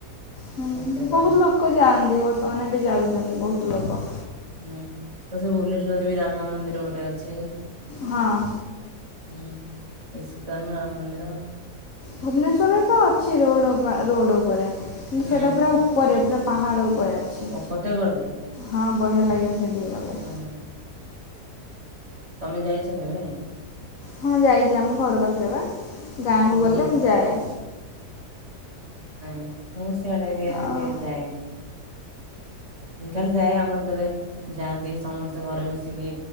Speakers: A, on the left (about 55°); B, on the right (about 45°).
A: ହୁଁ
B: ଫତେଗଡ
A: ବୋହୁତ ଲୋକ ଯାଆନ୍ତି ବର୍ତ୍ତମାନ ବି ଯାଉଛନ୍ତି ବୋହୁତ ଲୋକ।
B: ହୁଁ ତ ସେ ଭୁବନେଶ୍ଵରରେ ବି ରାମ ମନ୍ଦିର ଗୋଟେ ଅଛି।
A: ହଁ।
B: ହୁଁ ଇସ୍କାନ ରାମ୍ ମନ୍ଦିର।
A: ଭୁବନେଶ୍ୱରରେ ତ ଅଛି ରୋଡ଼ ବା ରୋଡ଼ ଉପରେ କିନ୍ତୁ
B: ହୁଁ
A: ସେଇଟା ପୁରା ଉପରେ ରେ ପାହାଡ଼ ଉପରେ ଅଛି
B: ଓ ଫତେଗଡରେ
A: ହଁ ବଢ଼ିଆ ଲାଗିବ ସେଇଠିକି ଗଲେ।
B: ହୁଁ। ତମେ ଯାଇଛ କେବେ?
A: ହଁ ଯାଇଛି ଆମ ଘର ପାଖରେ ବା ଗାଁକୁ
B: ଓହୋ
A: ଗଲେ ମୁଁ ଯାଏ।
B: ନାଇଁ ମୁଁ ସେଆଡ଼େ ଏରିଆ
A: ଆଉ
B: କେବେ ଯାଏନି। ମୁଁ ଖାଲି ଯାଏ ଆମର ଯେତେବେଳେ ଯାଆନ୍ତି ସମସ୍ତେ ଘରେ ମିଶିକି